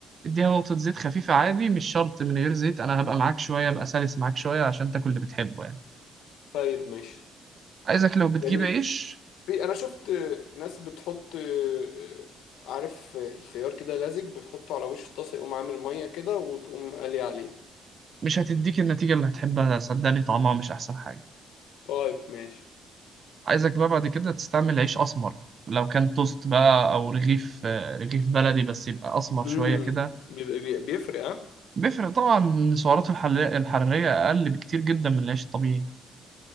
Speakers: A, on the right; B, on the left.
A: اديها نقطة زيت خفيفة عادي مش شرط من غير زيت انا هبقى معاك شوية ابقى سلس معاك شوية عشان تاكل اللي بتحبه يعني
B: طيب ماشي
A: عايزك لو بتجيب
B: جميل
A: عيش
B: في انا شفت ناس بتحط آه، عارف الخيار كده لزج بتحطه على وش الطاسه يقوم عامل ميه كده وتقوم قالي عليه
A: مش هتديك النتيجة اللي هتحبها صدقني طعمها مش احسن حاجة
B: طيب ماشي
A: عايزك بقى بعد كده تستعمل عيش اسمر لو كان توست بقى او رغيف آه، رغيف بلدي بس يبقى اسمر شوية
B: امم
A: كده
B: بيبقى- بي- بيفرق اه
A: بيفرق طبعا سعراته الحل- الحرارية اقل بكتير جدا من العيش الطبيعي